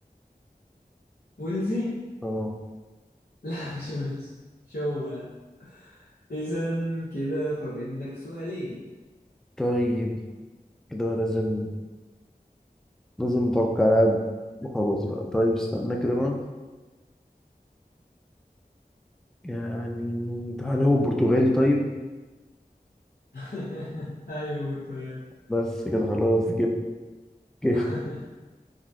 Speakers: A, on the left; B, in the centre.
A: ولزي
B: اه
A: لا مش ولزي مش هو لا اذا كده فاضل لك سؤالين
B: طيب كده بقى لازم لازم نتوقع لاعب وخلاص بقى طيب استنى كده بقى يعني ده هل هو برتغالي طيب
A: <laughs> ايوه برتغال
B: بس كده خلاص جبت جبت
A: <laughs>